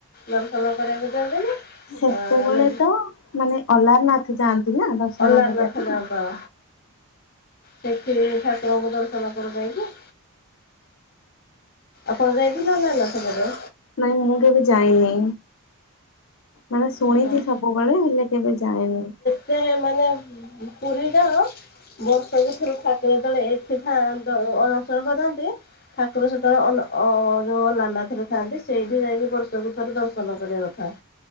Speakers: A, on the left; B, on the left.
A: ଦର୍ଶନ କରିବାକୁ। ଦିଅନ୍ତିନି
B: ସେତେବେଳେ
A: ଆମେ
B: ତ ମାନେ ଅଲାର ନାଥ ଯାଆନ୍ତି। ନା ଦର୍ଶନ
A: ଅଲାରନାଥ
B: କରିବା ପାଇଁ।
A: <unintelligible> ସେଠି ଠାକୁରଙ୍କୁ ଦର୍ଶନ କରି ଦେଇକି। ଆପଣ ଯାଇ ଥିନାଲେ <unintelligible>
B: ନାଇଁ ମୁଁ କେବେ ଯାଇନି। ମାନେ ଶୁଣିଛି
A: ଓହୋ
B: ସବୁବେଳେ ହେଲେ କେବେ ଜାଏନି।
A: ସେ ମାନେ ପୁରୀ <unintelligible> ବର୍ଷକୁ ଥରେ ଠାକୁର ଯେତେବେଳେ ଏଠି ଅଣସର କରନ୍ତି- ଠାକୁର ସେତେବେଳେ ଅ ଅନା ଅନାରନାଥରେ ଥାଆନ୍ତି ସେଇଠି ଯାଇକି ବର୍ଷକୁ ଥରେ ଦର୍ଶନ କରିବା କଥା।